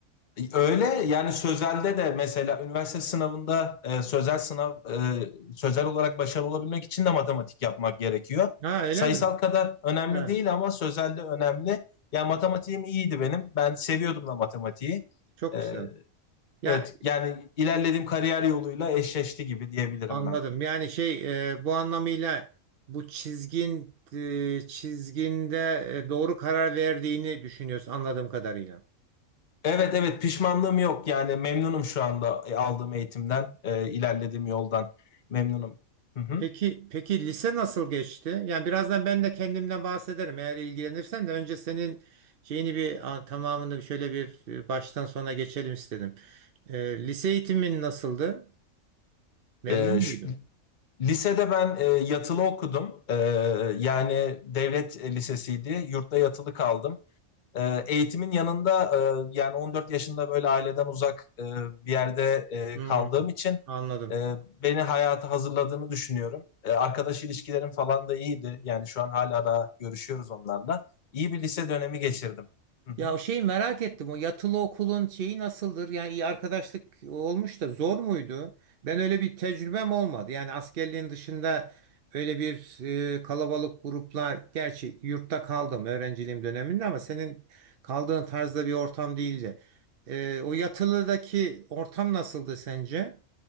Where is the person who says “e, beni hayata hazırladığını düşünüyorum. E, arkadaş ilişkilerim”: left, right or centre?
Left